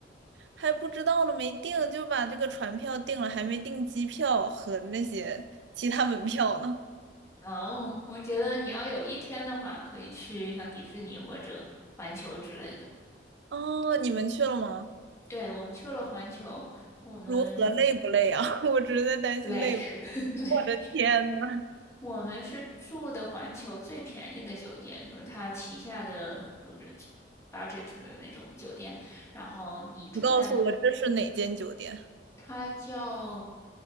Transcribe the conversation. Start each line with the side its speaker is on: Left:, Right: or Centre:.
Right: 还不知道呢，没定，就把这个船票定了，还没订机票和那些其他门票呢。
Left: 哦，我觉得你要有一天的话，可以去像迪士尼或者环球之类的。
Right: 哦，你们去了吗？
Left: 对，我们去了环球，我们
Right: 如何累不累啊？<laughs> 我只是在担心累不。
Left: 累 <laughs> 累，
Right: 我的天呐，
Left: 我们是住的环球最便宜的酒店，就是它旗下的就是 budget 的那种酒店。然后你住在
Right: 你告诉我这是哪间酒店
Left: 它叫